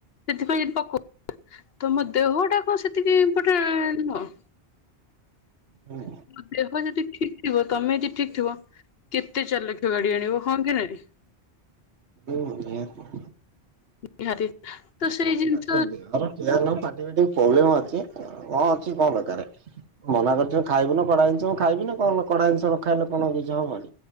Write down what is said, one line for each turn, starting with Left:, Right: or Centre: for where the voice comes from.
Left: ସେଥିପାଇଁ ପକଉ ତମ ଦେହଟା କଣ ସେତିକିଇଟା ନୁହ। ହଁ।
Right: ହୁଁ।
Left: ଦେହ ଯଦି ଠିକ ଥିବ ତମେ ଯଦି ଠିକ ଥିବ କେତେ ଚାର ଲକ୍ଷ ଗାଡି ଆଣିବ ହଁ କି ନାହିଁ।
Right: ହୁଁ ନିତି <unintelligible>
Left: ନିହାତି ତ ସେଇ
Right: କଣ
Left: ଜିନିଷ
Right: ଦରଟି ପ୍ରବ୍ଲେମ୍ ଅଛି କଣ ଅଛି କଣ ଦରକାର। ମନା କରିଛ ଖାଇବୁ ନା କଡା ଜିନିଷ ମୁ ଖାଇବି କଣ କଡା ଜିନିଷ ନ ଖାଇଲେ କଣ କିଛି ହବନି।